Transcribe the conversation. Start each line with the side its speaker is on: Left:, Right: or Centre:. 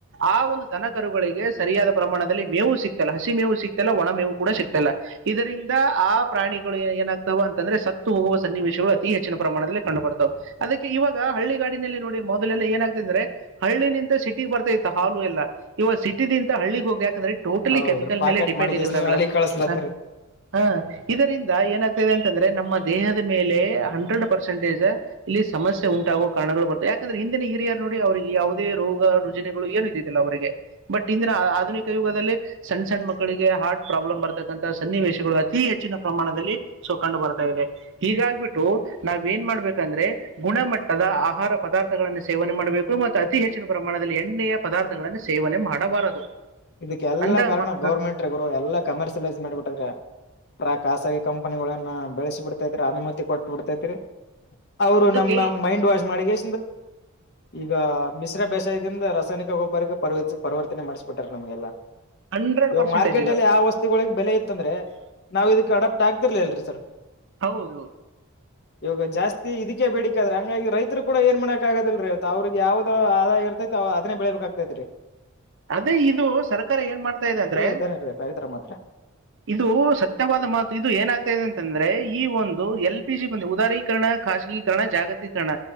Right: ಆ ಒಂದು ದನ ಕರುಗಳಿಗೆ ಸರಿಯಾದ ಪ್ರಮಾಣದಲ್ಲಿ ಮೇವು ಸಿಕ್ತಲ್ಲ ಹಸಿ ಮೇವು ಸಿಕ್ತಲ್ಲ ಒಣ ಮೇವು ಕೂಡ ಸಿಗ್ತಲ್ಲ ಇದರಿಂದ ಆ ಪ್ರಾಣಿಗಳುಏ ಏನಾಗ್ತಾವ ಅಂತಂದ್ರೆ ಸತ್ತು ಹೋಗುವ ಸನ್ನಿವೇಶಗಳು ಅತಿ ಹೆಚ್ಚಿನ ಪ್ರಮಾಣದಲ್ಲಿ ಕಂಡು ಬರ್ತವೆ ಅದಕ್ಕೆ ಇವಾಗ ಹಳ್ಳಿ ಗಾಡಿನಲ್ಲಿ ನೋಡಿ ಮೊದಲೆಲ್ಲ ಏನಾಗ್ತದೆ ಅಂದ್ರೆ ಹಳ್ಳಿಂತ ಸಿಟಿ ಬರ್ತೈತ್ತು ಹಾಲು ಎಲ್ಲ ಇವಾಗ ಸಿಟಿ ನಿಂದ ಹಳ್ಳಿಗ್ ಹೋಗ್ಯಾ ಯಾಕಂದ್ರೆ ಟೋಟಲಿ
Left: ಹೌದ್ರಿ
Right: ಕೆಮಿಕಲ್
Left: ಪಾಕೆಟ್
Right: ಮೇಲೆ ಡಿಪೆಂಡ್
Left: ಮಾಡಿ
Right: ಇದೇ
Left: ಎಸ್ ನೀವ್
Right: ನಾವೆಲ್ಲಾ
Left: ಅಲಿ ಕಳಸ್ಲತ್ತರಿ
Right: ಹ ಹ ಇದರಿಂದ ಏನಾಗ್ತಾ ಇದೆ ಅಂತಂದ್ರೆ ನಮ್ಮ ದೇಹದ ಮೇಲೆ ಹಂಡ್ರೆಡ್ ಪರ್ಸೆಂಟೇಜ್ ಇಲ್ಲಿ ಸಮಸ್ಯೆ ಉಂಟಾಗುವ ಕಾರಣಗಳು ಬರ್ತವೆ ಯಾಕಂದ್ರೆ ಹಿಂದಿನ ಹಿರಿಯರ್ ನೋಡಿ ಅವ್ರಿಗೆ ಯಾವುದೇ ರೋಗ ರುಜಿನಿಗಳು ಏನು ಇದಲ್ಲ ಅವರಿಗೆ ಬಟ್ ಇಂದಿನ ಆಧುನಿಕ ಯುಗದಲ್ಲಿ ಸಣ್ಣ ಸಣ್ಣ ಮಕ್ಕಳಿಗೆ ಹಾರ್ಟ್ ಪ್ರಾಬ್ಲಮ್ ಬರತಕ್ಕಂತ ಸನ್ನಿವೇಶಗಳು ಅತಿ ಹೆಚ್ಚಿನ ಪ್ರಮಾಣದಲ್ಲಿ ಸೊ ಕಂಡು ಬರ್ತಾ ಇದೆ ಹೀಗಾಗ್ಬಿಟ್ಟು ನಾವ್ ಏನ್ ಮಾಡ್ಬೇಕಂದ್ರೆ ಗುಣಮಟ್ಟದ ಆಹಾರ ಪದಾರ್ಥಗಳನ್ನು ಸೇವನೆ ಮಾಡ್ಬೇಕು ಮತ್ತ ಅತಿ ಹೆಚ್ಚಿನ ಪ್ರಮಾಣದಲ್ಲಿ ಎಣ್ಣೆಯ ಪದಾರ್ಥಗಳನ್ನು ಸೇವನೆ ಮಾಡಬಾರದು
Left: ಇದಕ್ಕೆ ಎಲ್ಲಾ
Right: ಅಂದಾಗ
Left: ಕಾರಣ
Right: ಮ-
Left: ಗೌರ್ಮೆಂಟ್ ಎಲ್ಲ ಕಮರ್ಷಿಯಲೈಸ್ ಮಾಡಿಬಿಟ್ಟರು ಖಾಸಗಿ ಕಂಪನಿಗಳನ್ನ ಬೆಳೆಸಿ ಬಿಡ್ತೈತ್ರಿ ಅನುಮತಿ ಕೊಟ್ಟ ಬಿಡ್ತೈತ್ರಿ ಅವರು
Right: ಇದಕ್ಕೆ
Left: ನಮ್ನ ಮೈಂಡ್ ವಾಶ್ ಮಾಡಿಗೆ ಈಗ ಮಿಶ್ರ ಬೇಸಾಯದಿಂದ ರಾಸಾಯನಿಕ ಗೊಬ್ಬರಕ್ಕೆ ಪ ಪರಿವರ್ತನೆ ಮಾಡ್ಸಬೇಕು ನಮ್ಗೆಲ್ಲಾ
Right: ಹಂಡ್ರೆಡ್
Left: ಇವಾಗ
Right: ಪರ್ಸೆಂಟೇಜ್
Left: ಮಾರ್ಕೆಟ್
Right: ಇದು
Left: ಅಲ್ಲಿ ಯಾವ ವಸ್ತುಗಳಿಗೆ ಬೆಲೆ ಇತ್ತಂದ್ರೆ ನಾವ್ ಇದಕ್ ಅಡ ಆಕ್ತಿರ್ಲಿ ಅಲ್ರಿ ಸರ್
Right: ಹೌದು
Left: ಇವಾಗ ಜಾಸ್ತಿ ಇದಕ್ಕೆ ಬೇಡಿಕ ಆದ್ರೆ ಹಂಗಾಗಿ ರೈತರು ಕೂಡ ಏನ್ ಮನೆಕ್ ಆಗೋದಲ್ರರಿ ಅವ್ರಗ್ ಯಾವ್ದೋ ಆದಾಯ ಇರ್ತೈತಿ ಅದನ್ನೇ ಬೆಳಿಬೇಕಾಗಗ್ತೈತ್ರಿ
Right: ಅದೇ ಇದು ಸರ್ಕಾರ ಏನ್ ಮಾಡ್ತಾ ಇದೆ ಅಂದ್ರೆ
Left: ಇದಾರೆ ರೈತರ ಮಾತ್ರ
Right: ಇದು ಸತ್ಯವಾದ ಮಾತು ಇದು ಏನಾಗ್ತಾ ಇದೆ ಅಂತಂದ್ರೆ ಈ ಒಂದು ಎಲ್ ಪಿ ಜಿ ಬಂದೆ ಉದಾರೀಕರಣ ಖಾಸಗೀಕರಣ ಜಾಗತೀಕರಣ